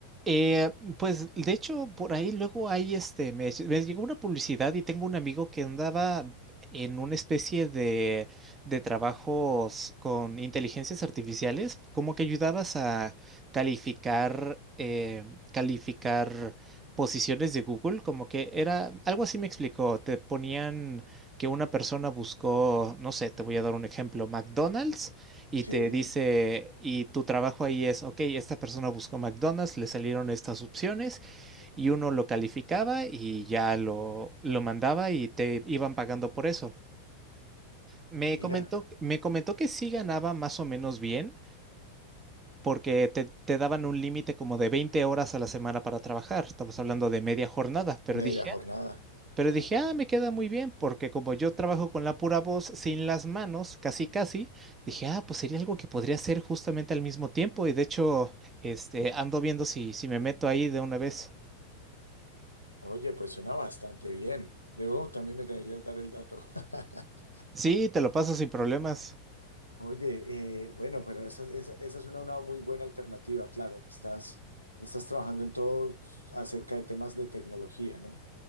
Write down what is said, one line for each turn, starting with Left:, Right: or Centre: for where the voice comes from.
Right: Eh, pues de hecho, por ahí luego hay este, me, ll- me llegó una publicidad y tengo un amigo que andaba en una especie de, de trabajos con inteligencias artificiales, como que ayudabas a calificar, eh, calificar posiciones de Google, como que era, algo así me explicó, te ponían que una persona buscó, no sé, te voy a dar un ejemplo, McDonald's y
Left: Sí,
Right: te dice, y tu trabajo ahí es, ok, esta persona buscó McDonald's, le salieron estas opciones y uno lo calificaba y ya lo, lo mandaba y te iban pagando por eso. Me
Left: mira,
Right: comentó, me comentó que sí ganaba más o menos bien porque te, te daban un límite como de 20 horas a la semana para trabajar. Estamos hablando de media jornada, pero
Left: media
Right: dije,
Left: jornada,
Right: pero
Left: claro.
Right: dije, ah, me queda muy bien, porque como yo trabajo con la pura voz sin las manos, casi casi, dije, ah, pues sería algo que podría hacer justamente al mismo tiempo. Y de hecho, este, ando viendo si, si me meto ahí de una vez.
Left: Oye, pues suena bastante bien. Luego también me deberías dar el dato. <laughs>
Right: Sí, te lo paso sin problemas.
Left: Oye, eh, bueno, pero esa, esa- esa es una, una muy buena alternativa, claro. Estás, estás trabajando en todo acerca de temas de tecnología, ¿no?